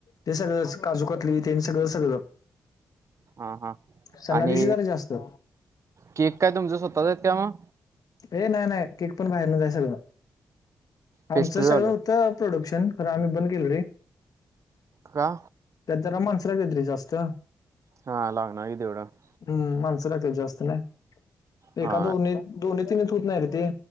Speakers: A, on the left; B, on the right.
A: ते सगळं काजू कतली ते सगळं सगळं.
B: हा हा
A: सना
B: आणि
A: दिवशी जरा जास्त.
B: केक काय तुमच्या स्वतःचं आहेत तेव्हा.
A: ए नाही नाही केक पण बाहेरन जायचं सगळं
B: पेस्ट्रीवालं
A: आमचं सगळं होतं. प्रोडक्शन कार्य बंद केलं रे
B: का.
A: त्या जरा माणसं <inaudible> तरी जास्त
B: हा लागना तेवढं.
A: हम्म माणसं लागते जास्त नाही
B: हा
A: एखाद जास्त नाही दोनी. दोन्ही तिनच होत नाही ते